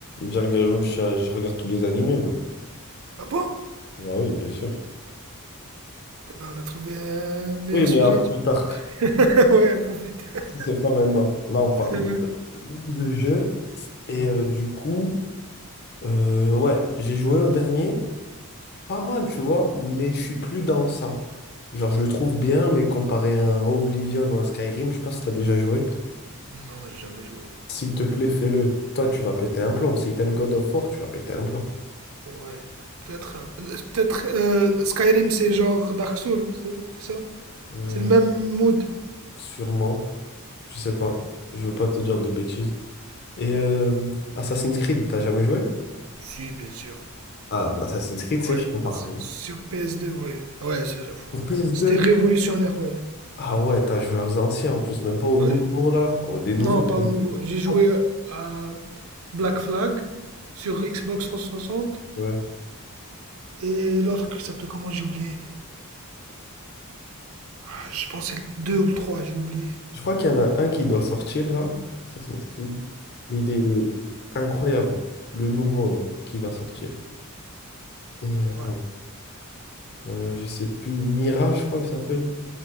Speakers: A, on the left; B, on the right.
A: Je regarde, je je regarde tous les animés, moi.
B: Ah bon?
A: Bah oui, bien sûr.
B: Eh ben, on a trouvé un meilleur
A: Oui, mais
B: sujet.
A: à plus tard.
B: <laughs> Ouais, pour plus tard.
A: Si c'est pas maintenant. Là,
B: <laughs>
A: on parle
B: Ouais.
A: de, de jeu. Et euh, du coup, euh, ouais, j'ai joué au dernier. Pas mal, tu vois, mais je suis plus dans ça. Genre, je le trouve bien, mais comparé à un Oblivion ou un Skyrim, je sais pas si t'as déjà joué.
B: Non, j'ai jamais joué.
A: S'il te plaît, fais-le. Toi, tu vas péter un plomb. Si t'aimes God of War, tu vas péter un plomb.
B: Ouais, peut-être... euh, Peut-être euh, Skyrim, c'est genre Dark Souls, c'est c'est ça?
A: Euh,
B: C'est le même mood.
A: sûrement. Je sais pas.
B: Ouais.
A: Je veux pas te dire de bêtises. Et euh, Assassin's Creed, t'as jamais joué?
B: Si, bien sûr.
A: Ah, Assassin's Creed, c'est
B: Ouais,
A: chaud par
B: parce
A: contre.
B: que sur PS2, ouais. Ouais, ça, j'avoue.
A: Pour PS2?
B: C'était révolutionnaire, ouais.
A: Ah ouais, t'as joué aux anciens en plus, même pas aux nouveaux
B: Ouais.
A: là. Oh, les nouveaux,
B: Non, pas
A: il
B: au
A: y en
B: nouveau.
A: a
B: J'ai joué
A: pas,
B: à Black Flag sur Xbox 360
A: ouais.
B: et l'autre qui s'appelait comment j'ai oublié. Ah, je pensais 2 ou 3, j'ai oublié.
A: Je crois qu'il y en a un qui doit sortir là, Assassin's Creed. Mais il est incroyable, le nouveau là, qui va sortir. Et attends,
B: Ouais.
A: euh, je sais plus, Mirage, je crois qu'il s'appelle.